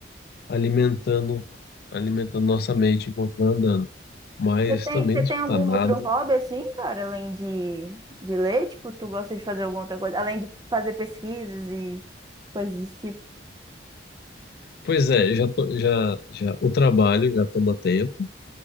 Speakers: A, on the left; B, on the right.
A: alimentando, alimentando nossa mente enquanto vai andando. Mas
B: Você tem,
A: também
B: você
A: não
B: tem
A: escutar
B: algum
A: nada.
B: outro hobby, assim, cara, além de, de ler? Tipo, tu gosta de fazer alguma outra coisa? Além de fazer pesquisas e coisas desse tipo?
A: Pois é, já, tô- já, já o trabalho já toma tempo.